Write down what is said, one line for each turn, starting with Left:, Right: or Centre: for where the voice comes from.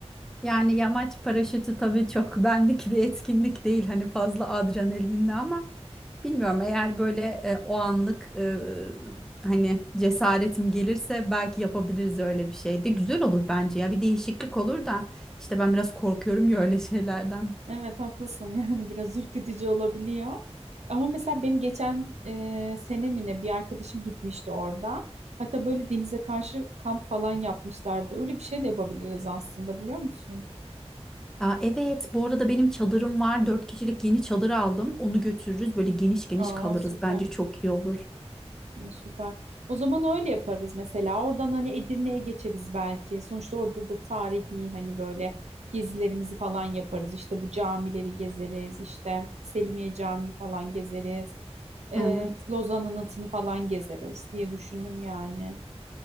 Centre: Yani yamaç paraşütü tabii çok bendik bir etkinlik değil hani fazla adrenalinli ama. Bilmiyorum eğer böyle e, o anlık e, hani cesaretim gelirse belki yapabiliriz öyle bir şey de güzel olur bence ya bir değişiklik olur da işte ben biraz korkuyorum ya öyle şeylerden.
Right: Evet haklısın <laughs> yani biraz ürkütücü olabiliyor. Ama mesela benim geçen e, sene mi ne bir arkadaşım gitmişti orada. Hatta böyle denize karşı kamp falan yapmışlardı. Öyle bir şey de yapabiliriz aslında biliyor musun?
Centre: Aa, evet bu arada benim çadırım var dört kişilik yeni çadır aldım onu götürürüz böyle geniş geniş
Right: Aa
Centre: kalırız
Right: süper.
Centre: bence çok iyi olur.
Right: Ya Süper. O zaman öyle yaparız mesela. Oradan hani Edirne'ye geçeriz belki. Sonuçta orada da tarihi hani böyle gezilerimizi falan yaparız. İşte bu camileri gezeriz. İşte Selimiye Camii falan gezeriz. Ee,
Centre: Evet.
Right: Lozan Anıtı'nı falan gezeriz diye düşündüm yani.